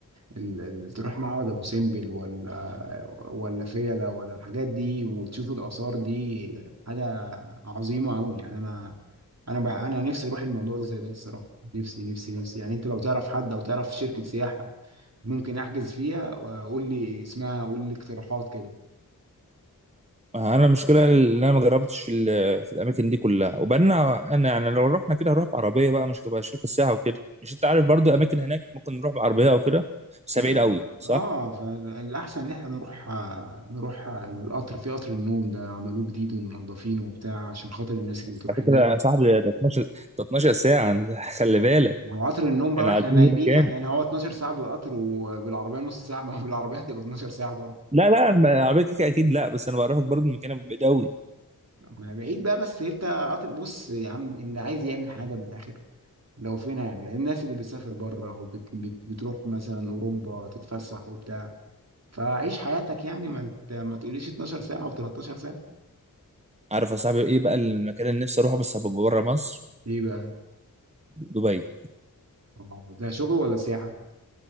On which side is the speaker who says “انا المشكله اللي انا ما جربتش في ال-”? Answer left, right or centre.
Right